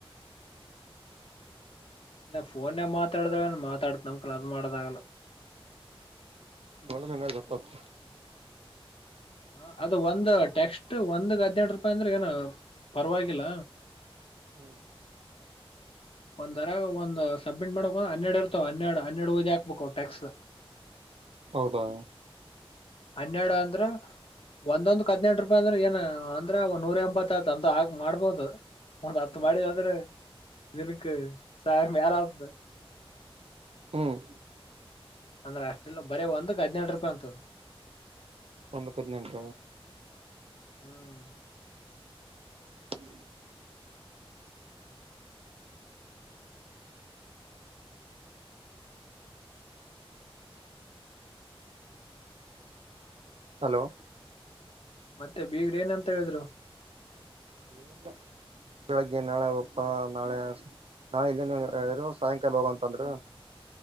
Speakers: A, on the left; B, on the right.
A: ಇ ಫೋನ್ ಮಾತಾಡದ್ರ ಮಾತಾಡ ನಮ್ಕ ಅದು್ ಮಾಡದಾಗಲ್ಲ.
B: <unintelligible>
A: ಹ ಅದು ಒಂದ್ ಟೆಸ್ಟ್ ಒಂದ ಹದ್ನೆಂಟ ರೂಪಾಯಿ ಅಂದ್ರೆ ಏನ ಪರವಾಗಿಲ್ಲ.
B: ಹ್ಮ್
A: ಒಂದ್ರ ಒಂದ ಸಬ್ಮಿಟ್ ಮಾಡಬೇಕಕ್ ಹನ್ನೆರಡ್ ಇರ್ತಾವ ಹನ್ನೆರಡು ಹನ್ನೆರಡು ಓದಿ ಹಾಕ್ಬೇಕು ಟ್ಯಾಕ್ಸ್.
B: ಹೌದಾ
A: ಹನ್ನೆರಡು ಅಂದ್ರ. ಒಂದೊಂದು ಹದ್ನೆಂಟ ರೂಪಾಯಿ ಅಂದ್ರೆ ಏನ್ ಅಂದ್ರೆ ಒ ನೂರ ಎಂಬತ್ತತ್ ಅಂತ ಆ ಮಾಡ್ಬೋದು. ಒಂದ್ ಹತ್
B: ಹ್ಮ್
A: ಮಾಡಿ ಹದ್ರೆ ದಿನಕ್ಕೆ ಸಾವಿರ ಮ್ಯಾಲ ಆತದ.
B: ಹ್ಮ್
A: ಅಂದ್ರೆ ಅಷ್ಟಲ್ಲ ಬರೀ ಒಂದಕ್ ಹದ್ನೆನೆಟ ರೂಪಾಯಿ ಅಂತದ.
B: ಒಂದುಕ ಹದಿನೆಂಟ.
A: ಹ್ಮ್
B: ಹ್ಮ ಹಲೋ
A: ಮತ್ತೆ ಬೀಗರು ಏನ್ ಅಂತ ಹೇಳಿದ್ರು
B: ಏ ಬೆಳಗ್ಗೆ ನಾಳೆ ಒಪ್ಪಾ ನಾಳೆ. ನಾಳ ಇಲ್ಲೇನೆರು ಸಾಯಂಕಾಲ ಹೋಗಂತಂದ್ರ.